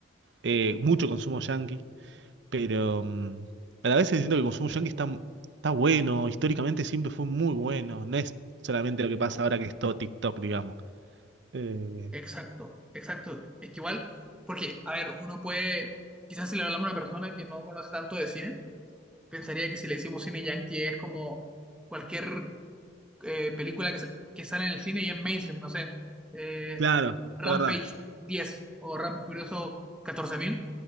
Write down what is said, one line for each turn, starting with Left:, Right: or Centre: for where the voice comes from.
Right: eh, mucho consumo yanqui, pero mm, a la vez siento que el consumo yanqui está, está bueno, históricamente siempre fue muy bueno, no es solamente lo que pasa ahora que es todo TikTok, digamos. Eh,
Centre: Exacto, exacto. Es que igual, porque, a ver, uno puede, quizás si le hablamos a una persona que no conoce tanto de cine, pensaría que si le decimos cine yankee es como cualquier eh, película que, sa- que sale en el cine y es mainstream, no sé, eh,
Right: claro,
Centre: Rampage
Right: la
Centre: 10 o Rápido y Furioso 14.000.